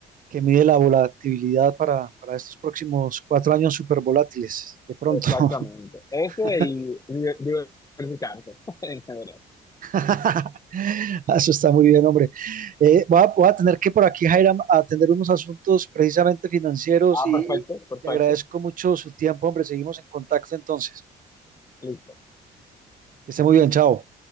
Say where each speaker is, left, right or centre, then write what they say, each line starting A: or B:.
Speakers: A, on the right; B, on the left.
A: que mide la volatilidad para, para estos próximos cuatro años súper volátiles, de pronto.
B: Exactamente. Ese
A: <laughs>
B: y di- diversificarse <laughs> en general.
A: <laughs> Eso está muy bien, hombre. Eh, voy a, voy a tener que por aquí, Jairam, atender unos asuntos precisamente financieros
B: Ah,
A: y,
B: perfecto,
A: y
B: perfecto.
A: le agradezco mucho su tiempo, hombre. Seguimos en contacto entonces.
B: Listo.
A: Que esté muy bien, chao.